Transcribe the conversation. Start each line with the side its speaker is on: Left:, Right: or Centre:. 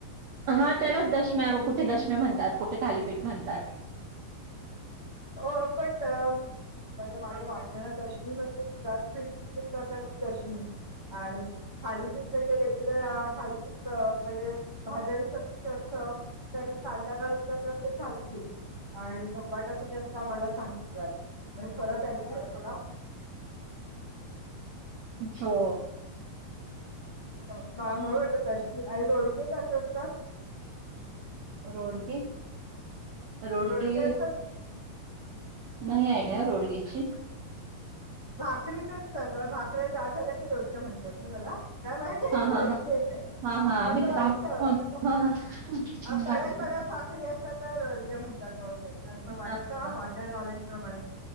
Right: हा त्यालाच दशम्या कुठे दशम्या म्हणतात, कुठे थालीपीठ म्हणतात.
Left: हो पण त्या अ म्हजे माझ्या वाचन्यात दशमी म्हणजे दुधात पीठ बिजून करता ती दशमी. आणि थालीपीठ म्हणजे रेग्युलर थालीपीठ म्हणजे भाजणीचं पीठ असत. त्याच्यात कांदा घालून करतात ते थालीपीठ आणि धपाटा तुम्ही अ ता मला सांगितलात आणि फरकेना थोडा थोडा.
Right: हो.
Left: <unintelligible> आणि रोडगे कस असतात.
Right: रोड के, रोड
Left: रोडगे
Right: के.
Left: असतात
Right: नाही आयडिया रोडग्याची.
Left: भाकरीचच तर भाकऱ्या जाड झाल्या की रोडगे म्हणतात ना त्याला. काय माहिती,
Right: हां,
Left: माहित
Right: हां, हां.
Left: नाही
Right: हां, हां. आम्ही
Left: असं
Right: तर
Left: वाटत.
Right: भाकरी म्हणतो. हां, हां.
Left: कडक
Right: भाकरी.
Left: कडक भाकरी असते तर रोडगे म्हणतात बहुतेक असं वाटतं
Right: हां, हां.
Left: माझ्या नॉलेज प्रमाणे